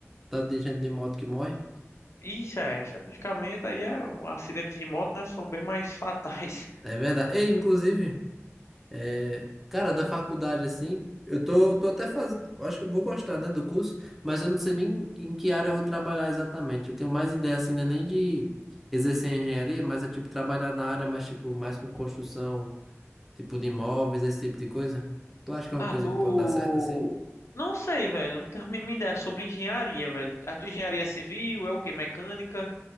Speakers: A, in the centre; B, on the left (about 65°).
A: Tanto de gente de moto que morre.
B: Isso é, estatisticamente aí é, acidentes de moto, né, são bem mais fatais. <laughs>
A: É verdade. E, inclusive, é, cara, da faculdade, assim, eu tô, tô até fazendo. Acho que eu vou gostar, né, do curso, mas eu não sei nem em que área eu vou trabalhar exatamente. Eu tenho mais ideia, assim, né, nem de exercer engenharia, mas é tipo trabalhar na área, mas tipo, mais com construção, tipo de imóveis, esse tipo de coisa. Tu acha que é
B: Ah,
A: uma coisa
B: tu...
A: que pode dar certo, assim?
B: Não sei, velho, não tenho a mínima ideia sobre engenharia, velho. A tua engenharia civil é o quê? Mecânica?